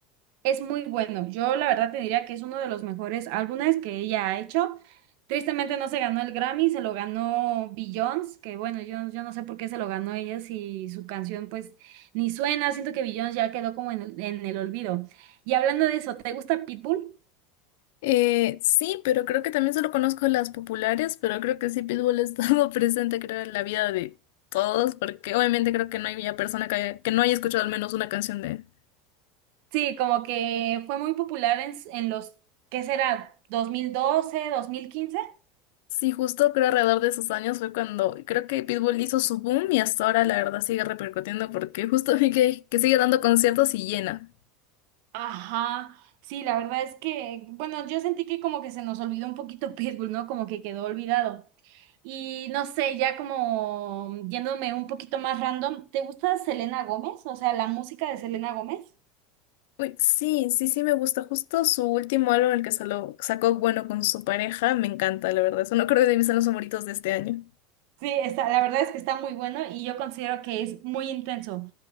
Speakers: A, on the right; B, on the left.
A: Es muy bueno. Yo la verdad te diría que es uno de los mejores álbumes que ella ha hecho. Tristemente no se ganó el Grammy, se lo ganó Beyoncé, que bueno, yo, yo no sé por qué se lo ganó ella si su canción pues ni suena. Siento que Beyoncé ya quedó como en el, en el olvido. Y hablando de eso, ¿te gusta Pitbull?
B: Eh, sí, pero creo que también solo conozco las populares, pero creo que sí Pitbull ha estado <laughs> presente, creo, en la vida de todos, porque obviamente creo que no hay persona que, haya- que no haya escuchado al menos una canción de
A: Sí, como que fue muy popular en, s- en los, ¿qué será? Dos dos mil doce, dos mil quince.
B: Sí, justo creo alrededor de esos años fue cuando creo que Pitbull hizo su boom y hasta ahora la verdad sigue repercutiendo porque justo vi que, que sigue dando conciertos y llena.
A: Ajá, sí, la verdad es que, bueno, yo sentí que como que se nos olvidó un poquito <laughs> Pitbull, ¿no? Como que quedó olvidado. Y no sé, ya como yéndome un poquito más random, ¿te gusta Selena Gómez? O sea, la música de Selena Gómez.
B: Uy, sí, sí, sí me gusta. Justo su último álbum, el que salo- sacó bueno con su pareja, me encanta, la verdad. Eso no creo que de mis álbumes favoritos de este año.
A: Sí, está, la verdad es que está muy bueno y yo considero que es muy intenso.